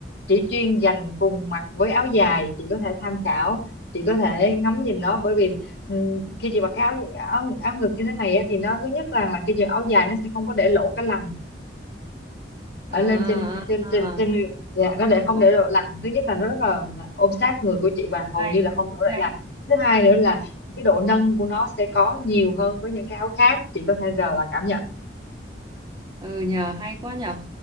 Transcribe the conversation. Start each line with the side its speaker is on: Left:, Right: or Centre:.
Left: chỉ chuyên dành cùng mặc với áo dài chị có thể tham khảo chị có thể ngắm nhìn nó bởi vì ừm, khi chị mặc cái áo, áo áo ngực như thế này á, thì nó thứ nhất là là khi chị mặc áo dài nó sẽ không có để lộ cái lằn ở
Right: à,
Left: lên trên
Right: à,
Left: trên trên
Right: à.
Left: trên
Right: à.
Left: dạ, nó để không
Right: Ồ,
Left: để độ lằn thứ nhất là nó rất là, là ôm sát người của chị và hầu
Right: hay
Left: như là không đổ lại
Right: hay
Left: lằn thứ hai nữa là
Right: hay
Left: cái độ nâng của nó sẽ có nhiều hơn với những cái áo khác chị có thể rờ và cảm nhận
Right: ừ nhờ hay quá nhờ